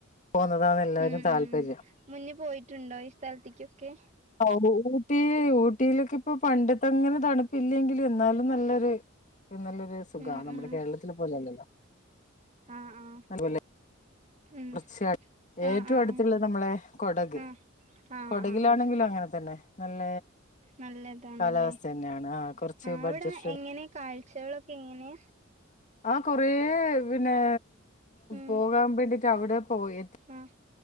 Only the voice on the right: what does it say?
ഉം
ഉം ഉം മുന്നേ പോയിറ്റുണ്ടോ ഈഹ് സ്ഥലത്തേക്കൊക്കെ
ഉം
ഉം
ആഹ് ആഹ്
ഉം
ആഹ് ആഹ്
ആഹ്
ആഹ് ആഹ്
ആഹ് ആഹ്
നല്ലതാണല്ലേ
അവിടെ
എങ്ങനെ കാഴ്ചകളൊക്കെ എങ്ങനെയാ
ഉം
ആഹ്